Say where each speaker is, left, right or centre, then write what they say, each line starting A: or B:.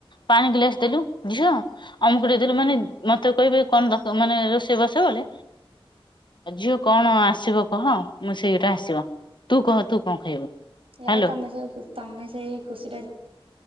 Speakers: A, on the left; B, on the right.
A: ପାଣି ଗିଲାସ୍ ଦେଲୁ। ଝିଅ ଅମୁକ ଟେ ଦେଲୁ ମାନେ ମତେ କହିବେ କଣ ମାନେ ରୋଷେଇ ବା ସ ବେଲେ ଝିଅ କଣ ଆସିବ କହ ମୁଁ ସେଇଟା ଆସିବ। ତୁ କହ ତୁ କଣ ଖାଇବୁ?
B: ଯା
A: ହ୍ୟାଲୋ
B: ହଉ ତମେ ସବୁ ତମେ ସେଇ ଖୁସି